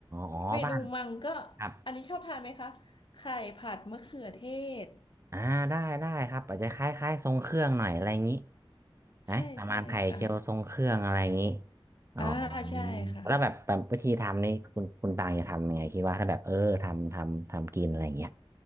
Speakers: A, on the right; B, on the left.
A: อ๋อบ้าน
B: เมนูมังก็
A: ครับ
B: อันนี้ชอบทานไหมคะไข่ผัดมะเขือเทศ
A: อ่าได้ได้ครับอาจจะคล้ายๆทรงเครื่องหน่อยอะไรอย่างนี้นะประมาณไข่เจียวทรงเครื่องอะไรอย่างนี้
B: ใช่ใช่ค่ะ
A: อ๋อ
B: อ่าใช่ค่ะ
A: แล้วแบบแบบวิธีทำนี่คุณคุณปางจะทำยังไงคิดว่าถ้าแบบเออทำทำทำกินอะไรอย่างเงี้ย